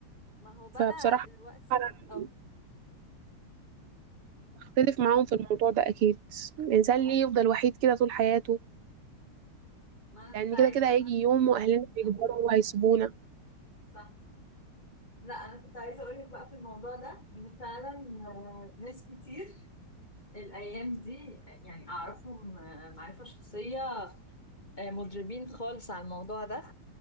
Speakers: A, on the left; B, on the right.
A: ما هو بقى
B: فبصراحة
A: دلوقتي
B: انا
A: اه
B: بختلف معاهم في الموضوع ده اكيد الانسان
A: ما هو
B: ليه يفضل وحيد كده طول حياته
A: ما انا
B: لان
A: كنت عايزه
B: كده كده هيجي يوم واهلنا هيكبروا وهيسيبونا
A: صح لا انا كنت عايزه اقول لك بقى في الموضوع ده ان فعلا آه، ناس كتير الايام دي يعني اعرفهم آه، معرفه شخصيه آه، مضربين خالص على الموضوع ده